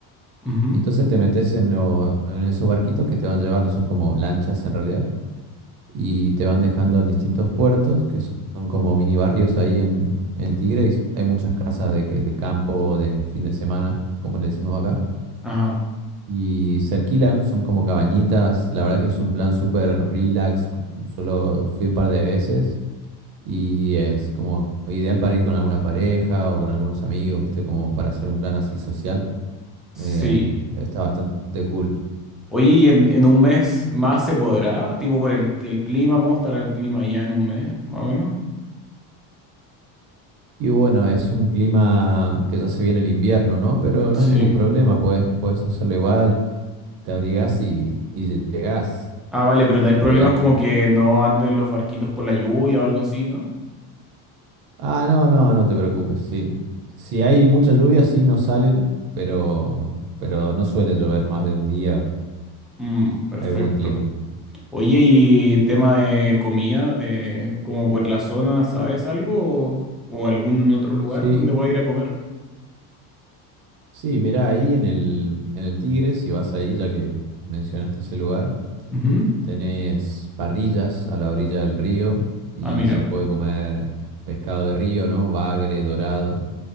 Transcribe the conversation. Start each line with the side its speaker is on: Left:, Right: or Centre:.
Centre: ujú,
Right: Y entonces te metes en, lo- en esos barquitos que te van llevando, son como lanchas en realidad, y te van dejando en distintos puertos, que son, son como mini barrios ahí en, en Tigre. y s- Hay muchas casas de, que- de campo, de fin de semana, como le decimos acá.
Centre: ajá,
Right: Y se alquilan, son como cabañitas. La verdad que es un plan súper relax. cu- Solo fui un par de veces y es como ideal para ir con alguna pareja o con algunos amigos, ¿viste? Como para hacer un plan así social.
Centre: sí.
Right: Eh, está bastante cool.
Centre: Oye, ¿y en, en un mes más se podrá? Tipo por el, el clima, ¿cómo estará el clima ya en un mes, más o menos?
Right: Y bueno, es un clima que ya se viene el invierno, ¿no? Pero no
Centre: Sí.
Right: hay ningún problema, puedes, puedes hacerlo igual. Te abrigás y, y llegás.
Centre: Ah, vale, pero no hay
Right: Olvídate.
Centre: problemas como que no anden los barquitos por la lluvia o algo así, ¿no?
Right: Ah, no, no, no te preocupes, sí. Si hay mucha lluvia, sí, no salen, pero, pero no suele llover más de un día,
Centre: Mm, perfecto.
Right: hay buen clima.
Centre: Oye, y tema de comida, de como por la zona, ¿sabes algo? ¿O, o algún otro lugar
Right: Sí,
Centre: donde pueda ir a comer?
Right: sí, Mira ahí en el, en el Tigre, si vas ahí, ya que mencionaste ese lugar,
Centre: Ujú.
Right: tenés parrillas a la orilla del río y
Centre: Ah, mira.
Right: se puede comer pescado de río, ¿no? Bagre, dorado,